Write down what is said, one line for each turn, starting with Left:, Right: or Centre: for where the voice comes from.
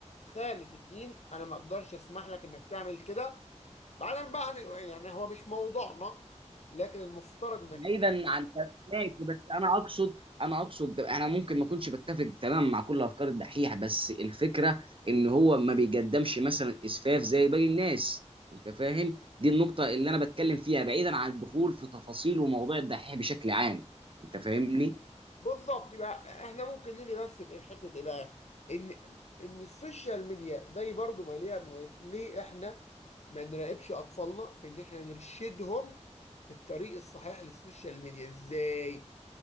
Left: خالف الدين انا ما اقدرش اسمح لك انك تعمل كده بعدين بقى يعني هو مش موضوعنا لكن المفترض انك
Right: بعيدا
Left: لما تيجي
Right: عن ماشي بس انا اقصد انا اقصد انا ممكن ما اكونش بتفق تماما مع كل افكار الدحيح بس الفكره ان هو ما بيقدمش مثلا اسفاف زي باقي الناس انت فاهم دي النقطه اللي انا بتكلم فيها بعيدا عن الدخول في تفاصيل ومواضيع الدحيح بشكل عام انت فاهمني
Left: بالظبط يبقى احنا ممكن نيجي بس بايه في حته ايه بقى ان ان السوشيال ميديا زي برضو ما ليها مميز- ليه احنا ما نراقبش اطفالنا في ان احنا نرشدهم الطريق الصحيح للسوشيال ميديا ازاي